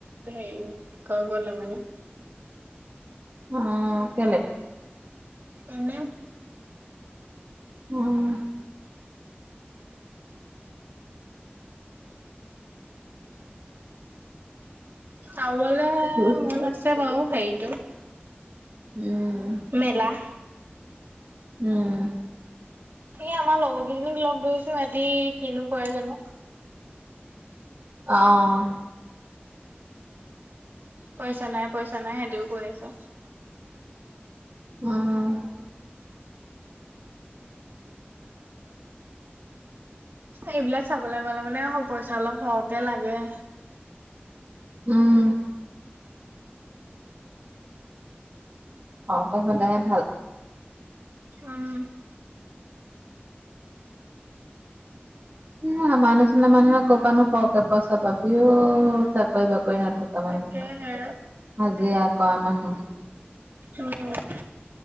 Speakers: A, on the right; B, on the right.
A: হেৰি কি কয়, গ'লে মানে
B: অ', কেলে।
A: এনেই।
B: উম্।
A: চাবলে
B: উম
A: মন আছে বাৰু হেৰিটো।
B: উম্,
A: মেলা।
B: উম্,
A: তাকে, আমাৰ লগৰ কেইজনীক লগ ধৰিছো, সিহঁতে কিনো কৰে জানো।
B: অ'
A: পইচা নাই, পইচা নাই, সিহঁতিও কৈ আছে।
B: অ'
A: এইবিলাক চাবলৈ গ'লে মানে, পইচা অলপ সৰহকে লাগে।
B: উম। হওঁতে হ'লে হে ভাল।
A: উম।
B: এ, আমাৰ নিচিনা মানুহে ক'ৰ পৰা নো সৰহকে পইচা পাবিও, চাকৰি বাকৰি নথকা।
A: তাকেহে
B: মানুহ, হাজিৰা কৰা মানুহ।
A: উম,